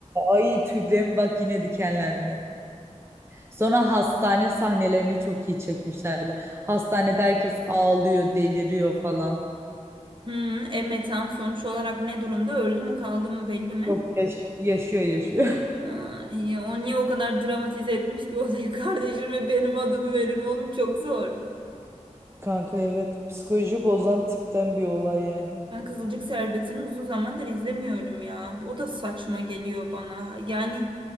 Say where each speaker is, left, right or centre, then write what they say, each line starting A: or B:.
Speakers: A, on the right (about 20°); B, on the right (about 40°).
A: ay tüylerim bak yine dikenlendi. Sonra hastane sahnelerini çok iyi çekmişlerdi. Hastanede herkes ağlıyor, deliriyor falan.
B: Hmm, e metan sonuç olarak ne durumda? Öldü mü kaldı mı belli mi?
A: Yok yaş- yaşıyor yaşıyor. <laughs>
B: Aa, iyi. o niye o kadar dramatize etmiş ki olayı <laughs> kardeşim ve benim adımı verin oğlum çok zor.
A: Kanka evet psikoloji bozan tipten bir olay yani.
B: Ben Kızılcık Şerbeti'ni uzun zamandır izlemiyorum ya. O da saçma geliyor bana. Yani